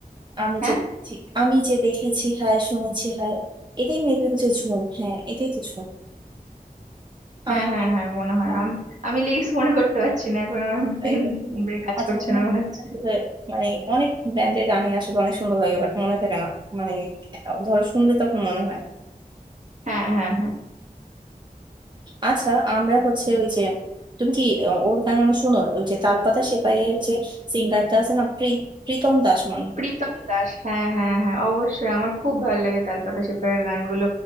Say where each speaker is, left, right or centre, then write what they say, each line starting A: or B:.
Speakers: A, on the right; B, on the right.
A: আমি
B: হ্যাঁ
A: যে যে- আমি যে দেখেছি হায় শুনেছি হায় এটাই মেবি হচ্ছে ঝুম হ্যাঁ এটাই তো ঝুম
B: হ্যাঁ
A: আহ
B: হ্যাঁ
A: রে,
B: হ্যাঁ মনে হয়
A: আহ,
B: আমি আমি লিরিক্স মনে করতে পারছি না এখন আমার
A: তাই
B: পেন
A: তো।
B: ব্রেন কাজ
A: আচ্ছা
B: করছে
A: অনেক
B: না মনে হচ্ছে
A: মানে অনেক ব্যান্ডের গানই আসলে অনেক সুন্দর লাগে বাট মনে থাকে না মানে আহ, ধরো শুনলে তখন মনে হয়
B: হ্যাঁ হ্যাঁ হ্যাঁ
A: আচ্ছা আমরা হচ্ছে ওই যে তুমি কি আহ, ওর গান অনেক শোনো ওই যে তালপাতা সেপাইয়ের যে সিঙ্গারটা আছে না প্রী- প্রীতম দাস মনে হয়।
B: প্রীতম দাস হ্যাঁ হ্যাঁ হ্যাঁ অবশ্যই আমার খুব ভালো লাগে তালপাতা সেপাইয়ের গানগুলো